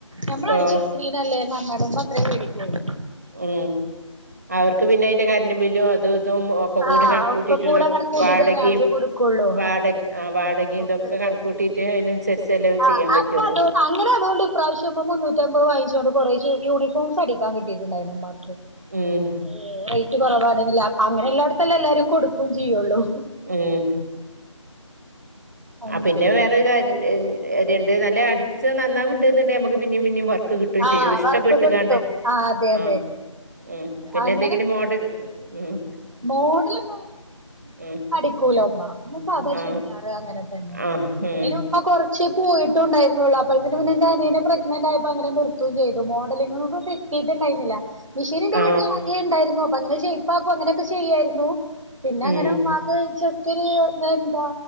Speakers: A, on the right (about 75°); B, on the right (about 30°).
A: നമ്മൾ അടിച്ചെടുക്കീനല്ലേന്നർഞ്ഞാലും.
B: ആഹ്
A: മ്മ അത്രേവേടികൊള്ളൂ..
B: മ്മ്ഹ്. അവർക്ക് പിന്നെ അയിന്റെ കരണ്ട ബില്ലും അത് തു.. അതും ഒക്കെ
A: ആ
B: കൂടി കണ
A: ഒക്കെ
B: കൂട്ടിട്ടുള്ള
A: കൂടെ കണക്ക് കൂട്ടിട്ടല്ലേ
B: വാടകിം
A: അവര് കൊടുക്കുള്ളൂ
B: വാടക ആ വാടകിം ഇതൊക്കെ
A: ഒക്കല്ലേ
B: കണ.. കൂട്ടിട്ടെ അയിനനുസരിച്ച് അല്ലവും
A: ആഹ്
B: ചെയ്യൻ പറ്റൊള്ളൂ..
A: അപ്പൊ അതോ അങ്ങനെ അതുണ്ട് ഇപ്രാവശ്യം മ്മ മുന്നൂറ്റ അമ്പത് വാങ്ങിച്ചോണ്ട് കുറശേ യൂണിഫോംസ് അടിക്കാ കിയിട്ടുണ്ടായിരുന്നു ഉമ്മാക്..
B: ഉം
A: എഹ് റേറ്റ് കൊറവാണിന്നില്ലേ. അങ്ങനെ എല്ലാരും കൊടുക്കു ചെയ്യുള്ളൂ..
B: ഉം
A: ഉം അങ്ങനെ
B: ആ പിന്നെ വേറെരു കരയണ്ട്. എന്റെത് നല്ല അടിച്ച നന്നാവുണ്ട്ന്ന്ണ്ടെങ്കി നമ്മുക്ക്. പിന്നിം. പിന്നിം.. ക് കിട്ടും
A: ആഹ്
B: ചെയ്യും ഇഷ്ടപ്പെട്ടുകാണ്ട്
A: വർക്ക് കിട്ടും അതെ
B: ആഹ്
A: അതെ
B: മ്മ്ഹ്. പിന്നെ
A: അങ്ങനെ
B: എന്തെങ്കിലും മോഡൽ മ്മ്ഹ്..
A: മോഡലൊന്നും
B: ഉം
A: അടിക്കൂലഉമ്മ മ്മ സാദാചുരിദാർ..
B: ആ
A: അഹ് അങ്ങനെ തന്നെ
B: ആ ഉം
A: ഇനി ഉമ്മ കൊർ ച്ചു. പോയിട്ടണ്ടായിരുന്നൊള്ളൂ അപ്പോഴതിന് പിന്നെ എന്റെ അനിയനെ പ്രഗ്നന്റ് ആയപ്പോ അങ്ങനെ നിർത്തും ചെയ്തു മോഡലിങ്ങനൊനി.. കിട്ടീട്ടുണ്ടായിന്നില്ല മിഷീനിന്റെ
B: ആ
A: വീട്ടിൽ ആദ്യേം ണ്ടായിരുന്നു അപ്പൊ അങ്ങനെ ഷയിപ്പാക്കും അങ്ങനെക്കെ ചെയ്യാരുന്നു.. പിന്നെ
B: ഉം
A: അങ്ങനെ ഉമ്മാക്ചുറ്റിയു ങ്ങെണ്ടാ..